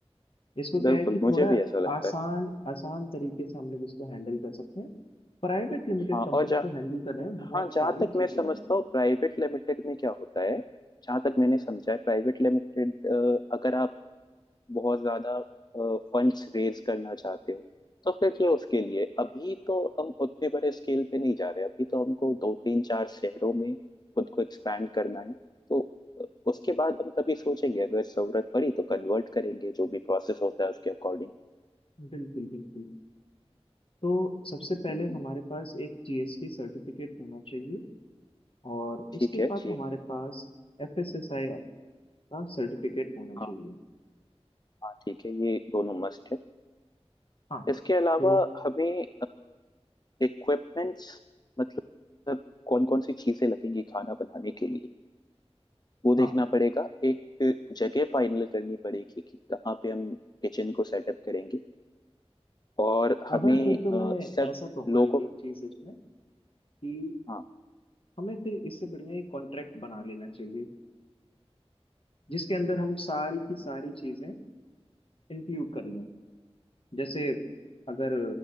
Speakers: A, on the left; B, on the left.
A: इसको
B: बिल्कुल
A: क्या है कि
B: मुझे
A: थोड़ा
B: भी ऐसा लगता
A: आसान
B: है
A: आसान तरीके से हम लोग इसको हैंडल कर सकते हैं प्राइवेट लिमिटेड
B: हाँ
A: कंपनी
B: और जा
A: को हैंडल करने में बहुत
B: हाँ जहाँ
A: सारी
B: तक मैं
A: चीजें
B: समझता
A: आती
B: हूँ प्राइवेट लिमिटेड में क्या होता है जहाँ तक मैंने
A: हैं
B: समझा है प्राइवेट लिमिटेड अगर आप बहुत ज्यादा फंड्स रेज करना चाहते हो तो फिर ये उसके लिए अभी तो हम उतने बड़े स्केल पे नहीं जा रहे अभी तो हमको दो तीन चार शहरों में खुद को एक्सपैंड करना है तो अ, उसके बाद हम तभी सोचेंगे अगर जरूरत पड़ी तो कन्वर्ट करेंगे जो भी प्रोसेस होता है उसके अकॉर्डिंग
A: बिल्कुल बिल्कुल तो सबसे पहले
B: हम्म
A: हमारे पास एक जीएसटी सर्टिफिकेट होना चाहिए और
B: ठीक
A: उसके
B: है
A: बाद
B: जी
A: हमारे पास एफएसएसआई का सर्टिफिकेट होना चाहिए
B: हाँ हाँ ठीक है ये दोनों मस्ट है
A: हाँ
B: इसके अलावा
A: तो
B: हमें इक्विपमेंट्स मतलब कौन कौन सी चीजें लगेंगी खाना बनाने के लिए वो देखना
A: हाँ
B: पड़ेगा एक जगह फाइनल करनी पड़ेगी कि कहाँ पे हम किचन को सेटअप करेंगे और हमें
A: अब है फिर तो
B: अ,
A: मैं
B: सब
A: ऐसा कहूंगा
B: लोगों
A: ये-
B: को
A: एक चीज इसमें कि
B: हाँ
A: हमें फिर इससे बढ़िया एक कॉन्ट्रैक्ट बना लेना चाहिए जिसके अंदर हम सारी की सारी चीजें इंक्लूड कर लें जैसे अगर